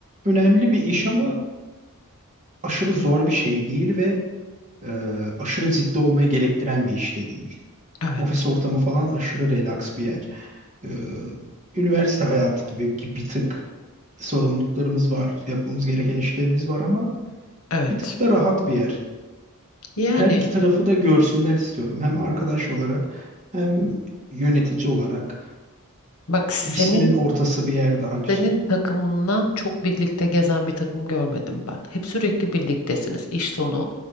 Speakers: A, on the right; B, on the left.
A: önemli bir iş ama aşırı zor bir şey değil ve e, aşırı ciddi olmayı gerektiren bir iş de değil.
B: Evet,
A: Ofis ortamı falan aşırı relax bir yer. E, üniversite hayatı gibi, gibi bir tık sorumluluklarımız var, yapmamız gereken işlerimiz var ama
B: evet.
A: bir tık da rahat bir yer.
B: Yani
A: Her iki tarafı da görsünler istiyorum. Hem arkadaş olarak hem yönetici olarak.
B: bak senin
A: İkisinin ortası bir yer daha güzel.
B: senin takımından çok birlikte gezen bir takım görmedim ben. Hep sürekli birliktesiniz. İş sonu,